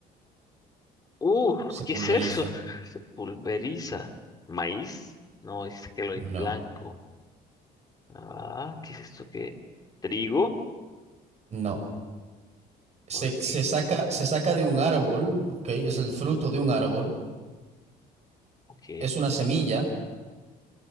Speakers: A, on the left; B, on the right.
A: Uh,
B: se
A: ¿qué
B: pulveriza.
A: es eso? <laughs> Se pulveriza. ¿Maíz? No, dice que lo
B: No,
A: es blanco. Ah, ¿qué es esto que? ¿Trigo?
B: no. Se,
A: ¿O de qué?
B: se saca, se saca de un árbol, ¿ok? Es el fruto de un árbol.
A: Ok,
B: Es una semilla